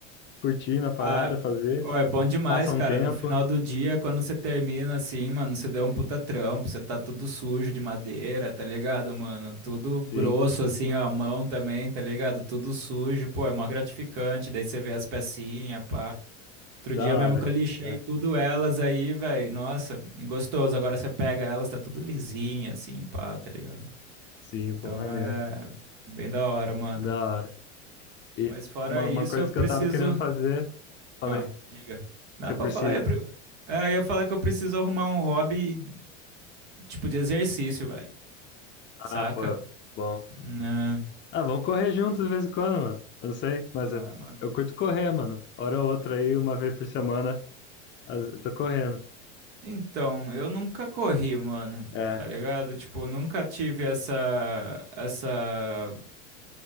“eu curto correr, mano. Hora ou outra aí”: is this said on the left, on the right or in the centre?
Left